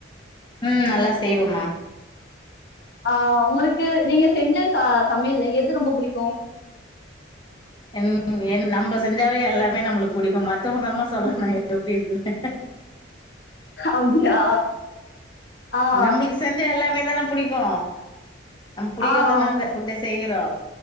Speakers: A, on the left; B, on the left.
A: ம் நல்லா செய்வேமா
B: ஆஹ் உங்களுக்கு நீங்க செஞ்ச ச சமயல்ல எது ரொம்ப புடிக்கு
A: என் என் நம்ம செஞ்சாவே எல்லாமே நம்மளுக்கு புடிக்கும மத்தவமதமா சொல்லனு எப்டி இருக்குனு
B: அப்டியா ஆஹ்
A: நம்மளுக்கு செஞ்ச எல்லாமே தானே புடிக்கு நம்ம புடிக்கதானே
B: ஆ
A: அந்த ஃபுட்ட செய்யிறோ